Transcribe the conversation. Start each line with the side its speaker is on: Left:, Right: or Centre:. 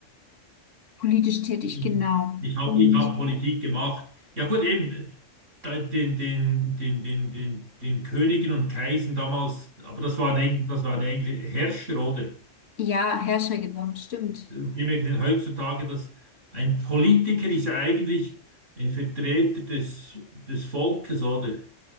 Left: Politisch tätig,
Right: Ich,
Left: genau.
Right: ich habe
Left: Und
Right: ich hab Politik gemacht. Ja gut, eben da- den, den, den, den, den, den Königen und Kaisern damals, aber das waren, eigentlich- das waren eigentlich Herrscher, oder?
Left: ja, Herrscher, genau. Stimmt.
Right: Wir merken heutzutage, dass ein Politiker ist ja eigentlich ein Vertreter des, des Volkes, oder?